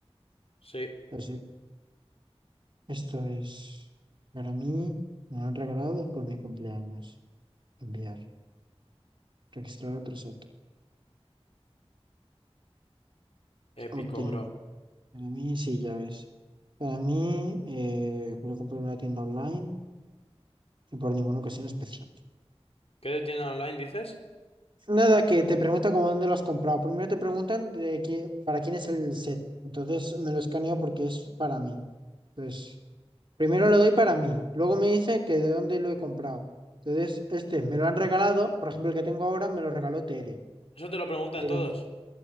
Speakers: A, on the left (about 65°); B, on the right (about 50°).
A: Sí,
B: Así que esto es para mí, me lo han regalado por mi cumpleaños. Enviar, registrar otro set,
A: épico,
B: obtener.
A: bro.
B: Para mí, sí, ya ves. Para mí, eh, voy comprar en una tienda online y por ninguna ocasión especial.
A: ¿Qué de tienda online dices?
B: Nada, que te pregunta como dónde lo has comprado. Primero te preguntan de qué, para quién es el set. Entonces me lo escaneo porque es para mí. Pues primero lo doy para mí. Luego me dice que de dónde lo he comprado. Entonces, este me lo han regalado. Por ejemplo, el que tengo ahora me lo regaló Tere.
A: Eso te lo preguntan
B: Pero
A: todos.